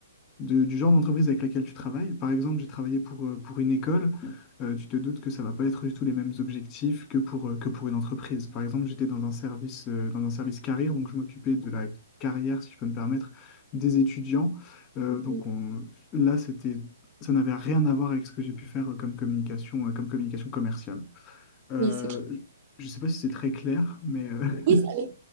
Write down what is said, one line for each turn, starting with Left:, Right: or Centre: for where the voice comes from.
Left: de- du genre d'entreprise avec laquelle tu travailles. Par exemple, j'ai travaillé pour, euh, pour une école. Euh, tu te doutes que ça va pas être du tout les mêmes objectifs que pour, euh, que pour une entreprise. Par exemple, j'étais dans un service, euh, dans un service carrière, donc je m'occupais de la carrière, si je peux me permettre, des étudiants. Euh,
Right: Oui,
Left: donc on- là, c'était, ça n'avait rien à voir avec ce que j'ai pu faire euh, comme communication, euh, comme communication commerciale. Euh,
Right: oui, c'est clair.
Left: je ne sais pas si c'est très clair, mais euh,
Right: Oui, ça l'est.